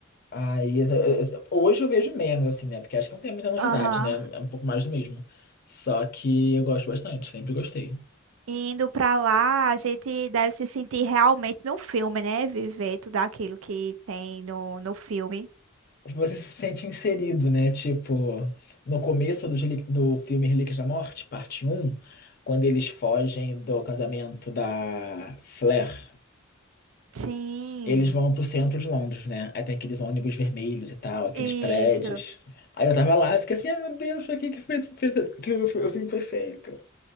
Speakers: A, on the left; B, on the right.
A: Aí, eu- eu- hoje eu vejo menos, assim, né, porque acho que não tem muita novidade,
B: Aham.
A: né, é um pouco mais do mesmo. Só que eu gosto bastante, sempre gostei.
B: Indo pra lá, a gente deve se sentir realmente no filme, né? Viver tudo aquilo que tem no, no filme.
A: Você se sente inserido, né? Tipo, no começo do, Relí- do filme Relíquias da Morte, parte um quando eles fogem do casamento da Flair,
B: Sim.
A: eles vão pro centro de Londres, né? Aí tem aqueles ônibus vermelhos e tal, aqueles
B: Isso,
A: prédios. Aí eu tava lá e fiquei assim, ai meu Deus, pra que que foi, esse- fez- que o, fi- o filme foi feito?